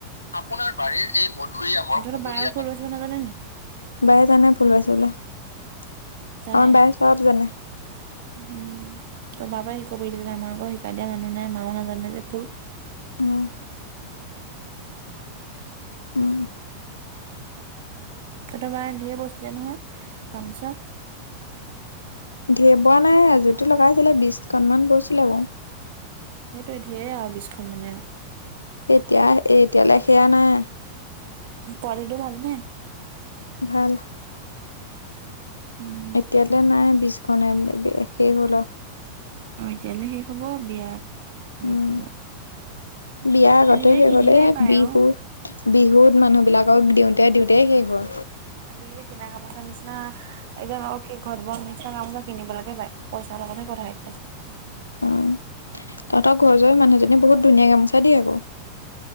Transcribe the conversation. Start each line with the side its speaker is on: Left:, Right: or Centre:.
Left: আপোনাৰ বাৰীৰ এই মধুৰীআমৰ
Right: তহঁতৰ
Left: কুমলীয়া
Right: বায়েও ফুল
Left: পাত
Right: বাচিব নাজানে নি
Left: বায়ে জানে ফুল বাছিবলৈ, আমাৰ
Right: জানে
Left: বায়ে চব জানে।
Right: উম, তই বা পৰাই শিকিব পাৰিবি দে, মাকো শিকাই দিয়া মানুহ নাই, মাও নাজানে যে তোৰ?
Left: অ উম
Right: ট ট কাৰণে ধেৰ বৈছিলে নহয় গিমোচা
Left: ঢেৰ বোৱা নাই এজুতো লগাইছিলে বিশখনমান বৈছিলে বাউ
Right: সেইটোৱে ঢেৰ আও বিছখন মানে আ
Left: এতিয়া এতিয়ালৈ সেয়া নাই
Right: হিতাৰিটো ভাল নে
Left: ভাল
Right: উম
Left: এতিয়ালে নাই বিশখন সেই বে শেষে হ'ল আউ
Right: অঁ এতিয়ালে শেষ হ'ব বিয়াত লাগিবই
Left: উম বিয়া আগতে
Right: আজিকালি
Left: শেষ
Right: কিনিলেই
Left: হলে
Right: পায়
Left: বিহু
Right: অ
Left: বিহুত মানুহ বিলাকক দিওঁতে দিওঁতেই শেষ হল
Right: আজিকালি কিনা গমোচা নিচিনা একদম অ কে ঘৰত বোৱা নিচিনা গামোচা কিনিবলেকে পাই পইচাৰ লগতহে কথা আজি
Left: উ তহঁতৰ ঘৰ য মানুহজনী বহুত ধুনীয়া গামোচা দিয়ে আক